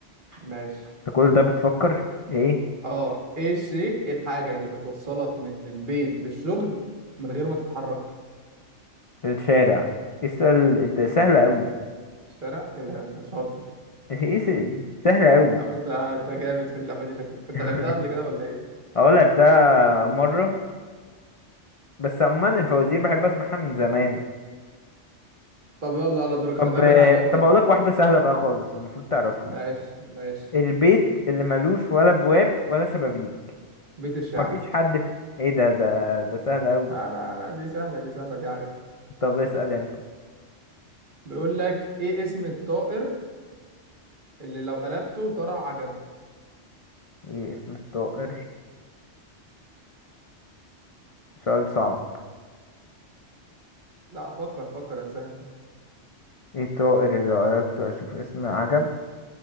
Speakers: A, on the right; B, on the left.
A: ماشي
B: انت كل ده بتفكر ايه
A: اه ايه الشيء ايه الحاجة اللي بتوصلك من البيت للشغل من غير ما تتحرك
B: في الشارع ايه السؤال ده سهل قوي
A: الشارع ايه ده شاطر
B: <laughs> ايه س- سهل قوي
A: يا عم انت انت جامد في اللعبة دي شكلك انت
B: <laughs>
A: لعبتها قبل كده ولا ايه
B: اه لعبتها مرة بس عموما الفوازير بحب اسمعها من زمان
A: طب يلا على دورك
B: طب
A: خلي بالك بقى انا هجاوب دي
B: طب اقول لك واحدة سهلة بقى خالص المفروض تعرفها
A: ماشي ماشي
B: البيت اللي ملوش ولا بواب ولا شبابيك
A: بيت الشعر
B: مفيش حد في... ايه ده ده ده سهل قوي
A: لا لا لا دي سهلة دي سهلة دي عارف
B: طب اسأل انت
A: بيقول لك ايه اسم الطائر اللي لو قلبته طلع عجب
B: ايه اسم الطائر سؤال صعب
A: لا فكر فكر يا سهلة
B: ايه الطائر اللي لو قلبته اشوف اسم عجب